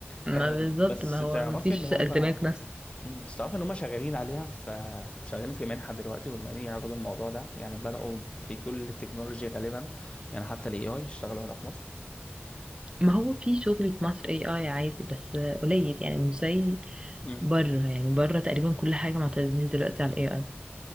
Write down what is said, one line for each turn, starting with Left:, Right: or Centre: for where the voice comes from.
Right: ما
Left: آه
Right: بالظبط
Left: بس
Right: ما
Left: تعرفي
Right: هو ما فيش
Left: ان هم
Right: دماغ نفس
Left: مم. بس تعرف ان هم شغالين عليها في في- شغالين في منحه دلوقتي وبما ان يعرضوا الموضوع ده يعني بداوا في كل التكنولوجي غالبا يعني حتى الاي اي اشتغلوا هنا في مصر
Right: ما هو في شغل في مصر اي اي عادي بس قليل يعني مش زي
Left: امم
Right: بره يعني بره تقريبا كل حاجة معتمدين دلوقتي على الاي اي